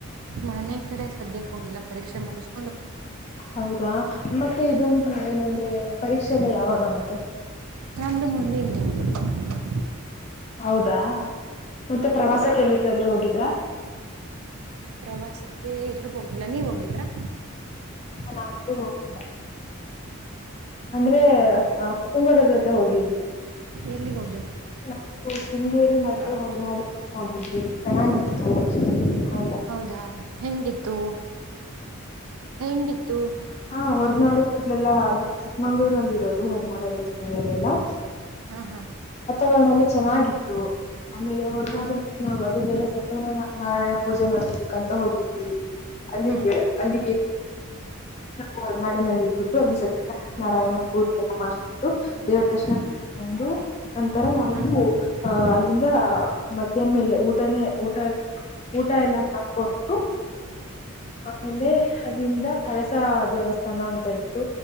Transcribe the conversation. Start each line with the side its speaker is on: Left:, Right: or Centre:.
Right: ಮನೆ ಕಡೆ ಸದ್ಯಕ್ಕೆ ಹೋಗಿಲ್ಲ ಪರೀಕ್ಷೆ ಮುಗಿಸ್
Left: ಹೌದಾ ಮತ್ತೆ ಇದು ಏನಂದ್ರೆ ಪರೀಕ್ಷೆ ಎಲ್ಲ ಯಾವಾಗ ಮತ್ತೆ
Right: ನಂದು ಮುಂದಿದ್ದು ತಿಂಗಳು
Left: ಹೌದಾ ಮತ್ತೆ
Right: ಹ್ಮ್
Left: ಪ್ರವಾಸಕ್ಕೆ ಎಲ್ಲಿಗಾದ್ರು ಹೋಗಿದ್ರಾ
Right: ಪ್ರವಾಸಕ್ಕೆ ಎಲ್ಲೂ ಹೋಗಿಲ್ಲ ನೀವು ಹೋಗಿದ್ರಾ
Left: ನಾವೆಲ್ಲು ಹೋಗಿಲ್ಲ ಅಂದ್ರೆ ಕುಟುಂಬದೋರ್ ಜೊತೆ ಹೋಗಿದ್ವಿ
Right: ಯಲ್ಲಿಗ್ ಹೋಗ್.
Left: ನಾ ಶೃಂಗೇರಿ ಹೋರಮಾಡ್ ಕೇ ಹೋಗಿದ್ವಿ ಚೆನ್ನಾಗಿತ್ತು ಹಾ
Right: ಹೌದಾ ಹೆಂಗಿತ್ತು ಹೆಂಗಿತ್ತು
Left: ಹಾ ಹೊರನಾಡು ಫುಲ್ ಎಲ್ಲಾ ಚಿಕ್ಕಮಂಗಳು ನಲಿರೋದು ಹೊರನಾಡು ಶೃಂಗೇರಿ ಎಲ್ಲಾ
Right: ಹಾ ಹ
Left: ವೇನಲ್ಲೂ ಚೆನ್ನಾಗಿತ್ತು ಆಮೇಲೆ ಹೊರನಾಡಿನ
Right: ಹಾ
Left: ಅದು ಬೇರೆ ಸತ್ಯ ನಾರಾಯಣ ಪೂಜೆ ಮಾಡ್ಸ್ಕ್ ಹೋಗಿದ್ವಿ ಅಲ್ಲಿ
Right: ಹಾ
Left: ಅಲ್ಲಿ ಹೊರನಾಡಿನಲ್ ಇದ್ಬಿತ್ತು ಅಲ್ಲಿ ಸತ್ಯನಾರಾಯಣ ಪೂಜೆ ಎಲ್ಲಾ ಮಾಡಿಸಬಿಟ್ಟು ದೇವರ್ ದರ್ಶನಾ
Right: ಹಾ
Left: ಮಾಡ್ಕೊಂಡು ನಂತರ ನಾವು
Right: ಹಾ
Left: ಅ. ಅಲ್ಲಿಂದ ಮಧ್ಯಾನ ಮೇಲೆ ಊಟ ಊಟ ಯಲ್ಲಾ ಮಾಡ್ಕೊಂಡು
Right: ಹಾ
Left: ಆಮೇಲೆ ಅಲ್ಲಿಂದ ಕಳಸ ದೇವಸ್ಥಾನ ಅಂತ ಇತ್ತು